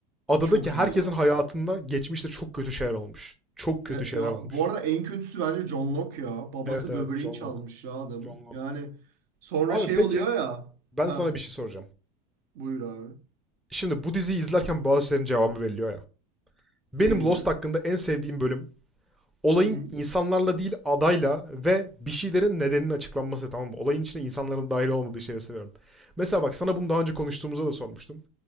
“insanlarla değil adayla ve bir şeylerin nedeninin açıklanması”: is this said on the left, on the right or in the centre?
Centre